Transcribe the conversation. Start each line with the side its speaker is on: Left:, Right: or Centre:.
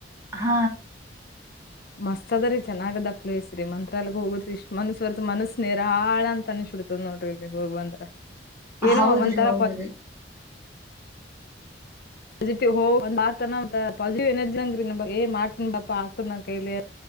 Right: ಹಾ
Left: ಮಸ್ತ್ ಅದ ರೀ ಚೆನ್ನಾಗದ ಪ್ಲೇಸ್ ರೀ ಮಂತ್ರ ಎಲ್ಗ್ ಹೋಗುದ್ರಿ ಇಷ್ಟ್ ಮನ್ಷ್ಯವರ್ತ ಮನಸ್ಸೇರಾಳ ಅನಸ್ಬಿಡತ ನೋಟ್ರಲ್ಲಿ ಹೋಗ್ ಬಂದ್ರ ಏನೋ
Right: ಹೌದ್ರಿ
Left: ಒಂತರ
Right: ಹೌದ್ರಿ
Left: ಪಿಟಿವ್ ಹ ಒಂದ್ಾರ್ತನ ಪಾಸಿಟಿವ್ ಎನರ್ಜಿ ಅಂಗ್ರೀ ನ ಏ ಮಾಡ್ತನ್ಿ ಬಾ ಆಾಕ್ತ ನ ಕೈಲಿ